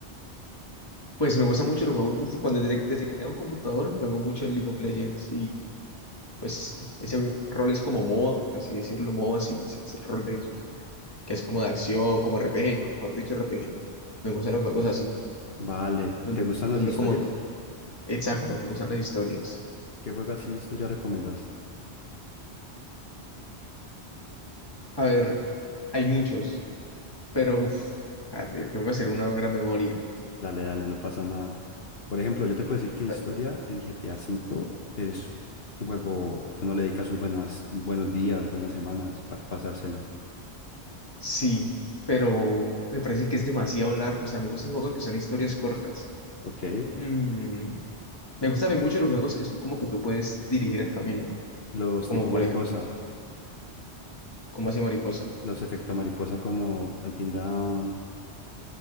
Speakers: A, on the left; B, on the left.
A: Pues me gustan mucho los juegos. Cuando desde, desde que tengo computador, juego mucho en League of Legends y pues ese rol es como MOBA, por así decirlo, MOBA, sí, ese es el rol de ellos, que es como de acción, como RPG, mejor dicho, RPG. Me gustan los juegos así,
B: Vale,
A: donde,
B: ¿te gustan
A: donde
B: las historias?
A: como Exacto, me gustan las historias.
B: ¿Qué juego así de historia recomiendas?
A: A ver, hay muchos, pero uf, espérate, tengo que hacer una gran memoria.
B: Dale, dale, no pasa nada. Por ejemplo, yo te puedo decir que de
A: Ah,
B: historia, el GTA cinco es un juego que uno le dedica sus buenas, buenos días, buenas semanas para pasárselo.
A: Sí, pero me parece que es demasiado largo. O sea, me gustan juegos que son historias cortas.
B: Ok.
A: Mm, me gustan también mucho los juegos que son como que tú puedes dirigir el camino,
B: Los
A: como
B: tipo
A: por
B: mariposa,
A: ejemplo, como así Mariposa.
B: los efectos mariposa como Altin Down.